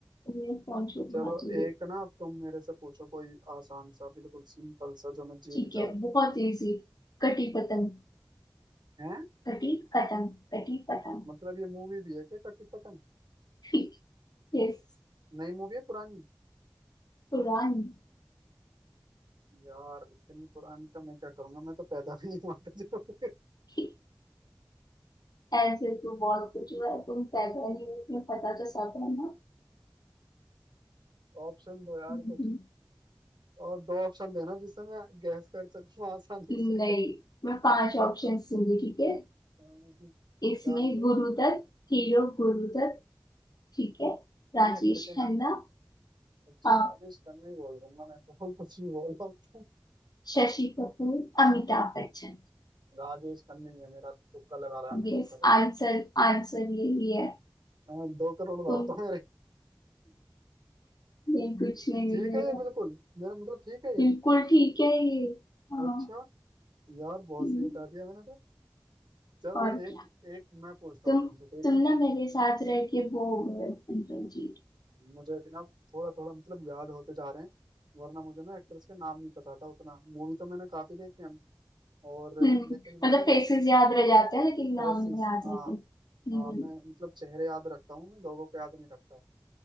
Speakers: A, on the left; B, on the right.
A: मैं फोन छोड़
B: चलो
A: हाँ तुझे
B: एक ना अब तुम मेरे से पूछो कोई आसान सा बिल्कुल सिंपल सा जो मैं जीत
A: ठीक
B: जाऊं
A: है बहुत इजी कटी पतंग
B: हैं
A: कटी पतंग कटी पतंग
B: मतलब ये मूवी भी है क्या कटी पतंग
A: ठीक यस
B: नई मूवी है पुरानी
A: पुरानी
B: यार इतनी पुरानी का मैं क्या करूंगा मैं तो पैदा भी नहीं हुआ था जब
A: ठीक, ऐसे तो बहुत कुछ हुआ है तुम पैदा नहीं हो तुम्हें पता तो सब है ना
B: <laughs> ऑप्शन दो यार
A: हम्म,
B: कुछ और दो ऑप्शन देना जिससे मैं गैस कर सकूं आसानी
A: नहीं
B: से
A: मैं पांच ऑप्शन दूंगी ठीक है
B: <laughs> अह,
A: इसमें
B: जान ले
A: गुरुदत्त
B: लो
A: हीरो गुरुदत्त ठीक है राजेश
B: ये एक्टर के नाम
A: खन्ना
B: अच्छा
A: हाँ।
B: राजेश खन्ना ही बोल दूंगा मैं तो <laughs> कुछ भी बोल रहा हूं
A: Shashi Kapoor Amitabh Bachchan
B: राजेश खन्ना ही है मेरा तो तुक्का लगा रहा है मैंने
A: Yes
B: चलो
A: answer answer यही है
B: हाँ, दो करोड़ लाओ
A: तुम
B: तो मेरे
A: ये कुछ नहीं
B: ठीक
A: मिलेगा
B: है ये बिल्कुल मेरा मतलब ठीक है ये
A: बिल्कुल ठीक है ये हाँ
B: अच्छा यार बहुत
A: हम्म,
B: सही बता दिया मैंने तो चलो
A: और
B: एक
A: क्या
B: एक मैं पूछता
A: तुम
B: हूँ तुमसे ठीक
A: तुम
B: है
A: ना मेरे साथ रह के वो हो गए हो, अंकल जी
B: मुझे भी ना थोड़ा थोड़ा मतलब याद होते जा रहे हैं वरना मुझे ना एक्ट्रेस के नाम नहीं पता था उतना मूवी तो मैंने काफी देखी है और
A: हम्म
B: लेकिन मैं
A: मतलब
B: ना
A: फेसेस याद रह जाते हैं लेकिन नाम
B: फेसिस
A: नहीं याद
B: हाँ
A: रहते हम्म
B: हाँ मैं मतलब चेहरे याद रखता हूँ मैं लोगों को याद नहीं रखता